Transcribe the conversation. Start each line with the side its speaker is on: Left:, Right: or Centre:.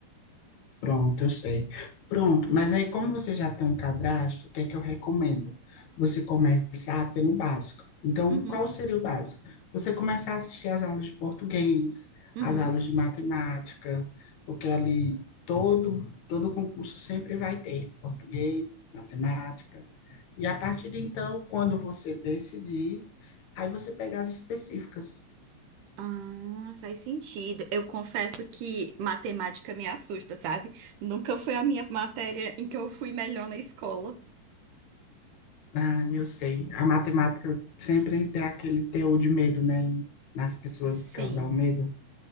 Left: Pronto, eu sei. Pronto, mas aí como você já tem um cadastro, o que é que eu recomendo? Você começar pelo básico. Então,
Right: Uhum,
Left: qual seria o básico? Você começar a assistir às aulas de português,
Right: uhum.
Left: às aulas de matemática, porque ali todo todo concurso sempre vai ter português, matemática. E a partir de então, quando você decidir, aí você pega as específicas.
Right: Ah, faz sentido. Eu confesso que matemática me assusta, sabe? Nunca foi a minha matéria em que eu fui melhor na escola.
Left: Ah, eu sei. A matemática sempre tem aquele teor de medo, né? em- Nas pessoas
Right: Sim,
Left: causar o medo.